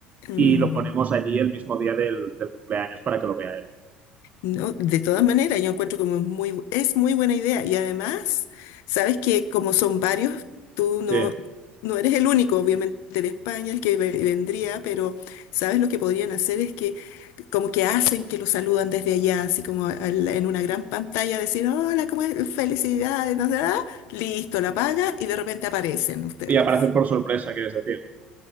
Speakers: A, on the left; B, on the right.
A: Mm,
B: y lo ponemos allí el mismo día del, del cumpleaños para que lo vea él.
A: no, de todas maneras, yo encuentro como es muy, bu- es muy buena idea y además, sabes que como son varios, tú no,
B: Sí,
A: no eres el único, obviamente, de España el que ve- vendría, pero sabes lo que podrían hacer es que como que hacen que lo saludan desde allá, así como al- en una gran pantalla, decir, hola, ¿cómo es? Felicidades, no sé, ah, listo, la paga y de repente aparecen ustedes.
B: y aparecer por sorpresa, quieres decir.